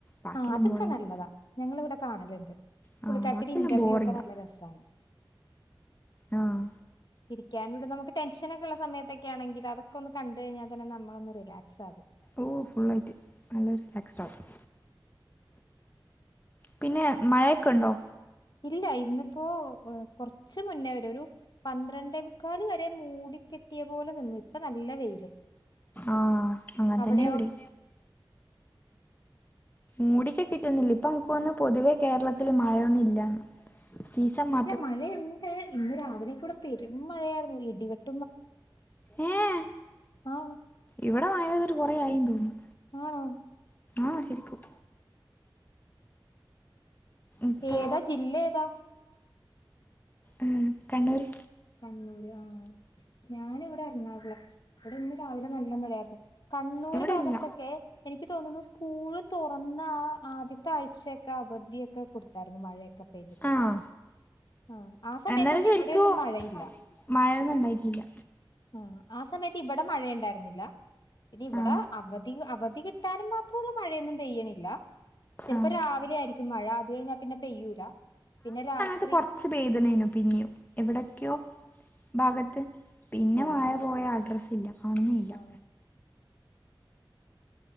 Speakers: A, on the left (about 20°); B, on the left (about 55°).
A: ബാക്കിയെല്ലാം
B: ആഹ് അതൊക്കെ
A: ബോറിങ്
B: നല്ലതാ ഞങ്ങള് ഇവിടെ കാണല്ണ്ട്
A: ആ
B: പുള്ളിക്കാരത്തീടെ
A: ബാക്കിയെല്ലാം
B: ഇന്റർവ്യൂ
A: ബോറിങ്ങാ
B: ഒക്കെ നല്ല രസാണ്
A: ആഹ്
B: ഇരിക്കാനൂടെ നമ്മക്ക് ടെൻഷനൊക്കെയിള്ള സമയത്തെക്കെയാണെങ്കി അതൊക്കെ ഒന്ന് കണ്ട് കഴിഞ്ഞാ തന്നെ നമ്മളൊന്ന് റിലാക്സ് ആകും.
A: ഓഹ് ഫുള്ളായിറ്റ് നല്ല റിലാക്സ്ടാകും. പിന്നെ മഴയൊക്കെ ഇണ്ടോ?
B: ഇല്ലാ ഇന്നിപ്പോ ഏഹ് കൊറച്ച് മുന്നേ വരെ ഒരു പന്ത്രണ്ടേ മുക്കാല് വരെ മൂടിക്കെട്ടിയ പോലെ നിന്നു ഇപ്പൊ നല്ല വെയില്
A: ആഹ് അങ്ങൻത്തെന്നെയാ
B: അവിടെയോ
A: ഇവടിം മൂടി കെട്ടിട്ടൊന്നൂല്ലാ ഇപ്പം എൻക്ക് തോന്ന് പൊതുവേ കേരളത്തില് മഴയൊന്നും ഇല്ലാന്ന് സീസൺ മാ
B: ല് മഴയൊണ്ട് ഇന്ന് രാവിലെക്കെ ഇവടെ പെരും മഴയായിരുന്നു ഇടിവെട്
A: ഏഹ്
B: ആ
A: ഇവിടെ മയപെയ്തിറ്റ് കൊറെ ആയീന്ന് തോന്ന്
B: ആണോ
A: ആഹ് ശരിക്കും ഇപ്പോ
B: ഏതാ ജില്ല ഏതാ?
A: ആഹ് കണ്ണൂര്
B: കണ്ണൂര് ആഹ് ഞാനിവിടെ എറണാകുളം ഇവിടെ ഇന്ന് രാവിലെ നല്ല മഴയായിരുന്നു. കണ്ണൂര്
A: ഇവിടെ
B: ഭാഗത്തെക്കെ
A: ഇല്ല
B: എനിക്ക് തോനുന്നു സ്കൂള് തൊറന്ന ആഹ് ആദ്യത്തെ ആഴ്ച്ചയൊക്കെ അവധിയൊക്കെ കൊടുത്തായിരുന്നു മഴയൊക്കെ പെയ്ത്
A: ആഹ്
B: ആഹ് ആ സമയത്തൊന്നും
A: എന്നാലും ശരിക്കും
B: ഇവിടെ ഒന്നും മഴയില്ലാ
A: മഴയൊന്നും ഉണ്ടായിട്ടില്ല
B: ആഹ് ആ സമയത്ത് ഇവിടെ മഴയ്ണ്ടായിരുന്നില്ലാ ഇനി ഇവിടെ
A: ആഹ്
B: അവധി അവധി കിട്ടാനും മാത്രൊള്ള മഴയൊന്നും പെയ്യണില്ലാ ചെലപ്പം
A: ആഹ്
B: രാവിലെ ആയിരിക്കും മഴ അത് കഴിഞ്ഞാ പിന്നെ പെയ്യൂല പിന്നെ രാത്
A: ത് കൊറച്ച് പെയ്ത്ണേനു പിന്നിയും എവിടെക്കെയോ ഭാഗത്ത് പിന്നെ
B: ഓ
A: മയ പോയ അഡ്രസ്സേ ഇല്ലാ കാണുന്നില്ലാ
B: ആ